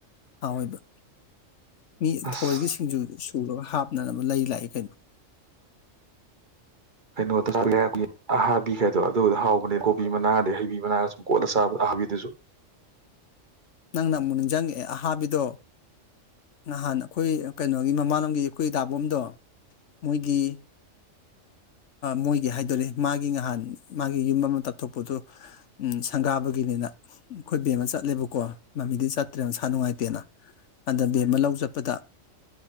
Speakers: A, on the left (about 65°); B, on the right (about 40°).
A: ꯍꯥꯎꯋ°ꯕ ꯃꯤ
B: ꯑꯁ
A: ꯊꯋꯥꯏꯒꯤ ꯁꯤꯡꯖꯨ ꯁꯨꯔꯒ ꯍꯥꯞ ꯅꯅꯥꯅꯕ ꯂꯩ ꯂꯥꯛꯏ ꯀꯩꯅꯣ
B: ꯀꯩꯅꯣꯗ ꯑꯍꯥꯕꯤ ꯈꯥꯏꯗꯣ ꯑꯗꯨꯗ ꯍꯥꯎꯕꯅꯦ ꯀꯣꯕꯤ ꯃꯅꯥꯒꯗꯤ ꯍꯩꯕꯤ ꯃꯅꯥꯒ ꯁꯨꯝ ꯀꯣꯠꯂ ꯆꯥꯕ ꯑꯍꯥꯕꯤꯗꯨꯁꯨ
A: ꯅꯪꯅ ꯑꯃꯨꯛ ꯅꯤꯡꯁꯤꯡꯉꯦ ꯑꯍꯥꯕꯤꯗꯣ ꯉꯍꯥꯟ ꯑꯩꯈꯣꯏ ꯀꯩꯅꯣꯒꯤ ꯃꯃꯥꯟꯂꯣꯒꯤ ꯑꯩꯈꯣꯏ ꯗꯥꯕꯣꯝꯗꯣ ꯃꯣꯏꯒꯤ ꯃꯣꯏꯒꯤ ꯍꯥꯏꯗꯔꯦ ꯃꯥꯒꯤ ꯉꯍꯥꯟ ꯃꯥꯒꯤ ꯌꯨꯝ ꯑꯃ ꯇꯥꯞꯊꯣꯛꯄꯗꯣ ꯁꯪꯒꯥꯕꯒꯤꯅꯤꯅ ꯑꯩꯈꯣꯏ ꯕꯦꯝꯃ ꯆꯠꯂꯦꯕꯀꯣ ꯃꯃꯤꯗꯤ ꯆꯠꯇ꯭ꯔꯦꯅ ꯃꯁꯥ ꯅꯨꯡꯉꯥꯏꯇꯦꯅ ꯑꯗ ꯕꯦꯝꯃ ꯑꯃ ꯂꯧ ꯆꯠꯄꯗ